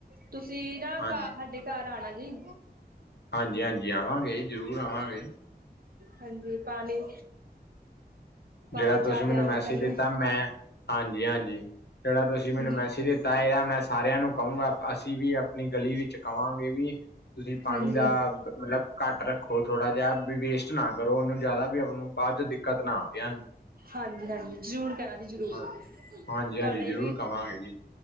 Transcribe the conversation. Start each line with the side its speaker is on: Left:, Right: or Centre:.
Right: ਤੁਸੀਂ ਨਾ
Left: ਹਾਂਜੀ
Right: ਘ ਸਾਡੇ ਘਾਰ ਆਣਾ ਜੀ।
Left: ਹਾਂਜੀ-ਹਾਂਜੀ ਆਵਾਂਗੇ, ਜ਼ਰੂਰ ਆਵਾਂਗੇ।
Right: ਹਾਂਜੀ, ਪਾਣੀ ਪਾਣੀ
Left: ਜਿਹੜਾ ਤੁਸੀਂ
Right: ਚਾਹ
Left: ਮੈਨੂੰ
Right: ਪਿਆਵਾਂਗੇ
Left: ਮੈਸੇਜ
Right: ਤੁਹਾਨੂੰ
Left: ਦਿੱਤਾ ਮੈਂ, ਹਾਂਜੀ ਹਾਂਜੀ ਜਿਹੜਾ ਤੁਸੀਂ ਮੈਨੂੰ ਮੈਸੇਜ
Right: ਹਾਂਜੀ
Left: ਦਿੱਤਾ, ਇਹ ਮੈਂ ਸਾਰਿਆਂ ਨੂੰ ਕਹੂੰਗਾ। ਅਸੀਂ ਵੀ ਆਪਣੀ ਗਲੀ ਵਿੱਚ ਕਵਾਂਗੇ ਵੀ, ਤੁਸੀਂ ਪਾਣੀ
Right: ਹਾਂਜੀ
Left: ਦਾ ਮਤਲਬ ਘੱਟ ਰੱਖੋ ਥੋੜਾ ਜਿਹਾ ਵੀ ਵੇਸਟ ਵੇਸਟ ਨਾ ਕਰੋ ਉਹਨੂੰ ਜ਼ਿਆਦਾ, ਵੀ ਆਪ ਨੂੰ ਬਾਅਦ 'ਚ ਦਿੱਕਤ ਨਾ ਆਵੇੂੰ।
Right: ਹਾਂਜੀ ਹਾਂਜੀ, ਜ਼ਰੂਰ ਕਹਿਣਾ ਜੀ ਜ਼ਰੂਰ,
Left: ਹਾਂ ਹਾਂਜੀ
Right: ਤੁਹਾਡਾ
Left: ਹਾਂਜੀ
Right: ਹੀ
Left: ਜ਼ਰੂਰ
Right: ਵੀ
Left: ਕਵਾਂਗੇ ਜੀ